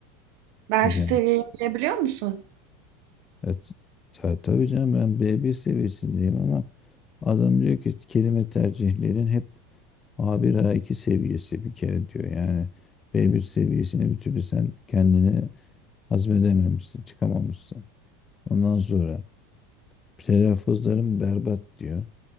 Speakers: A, on the right; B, on the left.
A: Ben
B: Ya
A: şu seviyeyim diyebiliyor musun?
B: evet, ta- tabii canım ben b bir seviyesindeyim ama adam diyor ki kelime tercihlerin hep a bir a iki seviyesi bir kere diyor. Yani b bir seviyesini bir türlü sen kendini hazmedememişsin, çıkamamışsın. Ondan sonra telaffuzlarım berbat diyor.